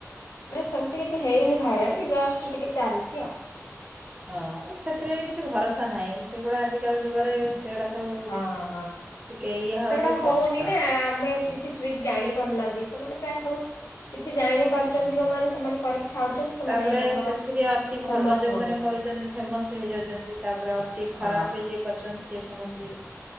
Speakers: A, on the left; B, on the right.
A: ନାଇଁ ସେମିତି କିଛି ହେଇନି। ଭାଇରାଲ ଜଷ୍ଟ ଟିକେ ଚାଲିଛି ଆଉ।
B: ହଁ ସେଥିରେ ବି କିଛି ଭରସା ନାହିଁ। ସେଗୁଡ଼ା ଆଜିକାଲି ଯୁଗରେ ସେଗୁଡା ସବୁ
A: ହଁ ହଁ
B: ଟିକେ ଇଏ ହବା
A: ସେଗୁଡା
B: ବି କଷ୍ଟ।
A: ହଉନି ନା ଆମେ
B: ହଁ
A: କିଛି ଟ୍ରିକ ଜାଣି ନାହାନ୍ତି ସେମାନେ ପ୍ରାୟ ସବୁ କିଛି ଜାଣି ପାରୁଛନ୍ତି ଯୋଉମାନେ ସେମାନେ କରିକି ଛାଡୁଛନ୍ତି ସେମାନେ
B: ତାପରେ
A: ତାଙ୍କର
B: ସେଥିରେ ଅତି
A: ଫେମସ
B: ଭଲ ଯୋଉମାନୋନ
A: ହଉଛନ୍ତି।
B: କରୁଛନ୍ତି ଫେମସ ହେଇଯାଉଛନ୍ତି ତାପରେ ଅତି ଖରାପ
A: ହଁ।
B: ବି ଯିଏ କରୁଛନ୍ତି ସିଏ ହେ ସେ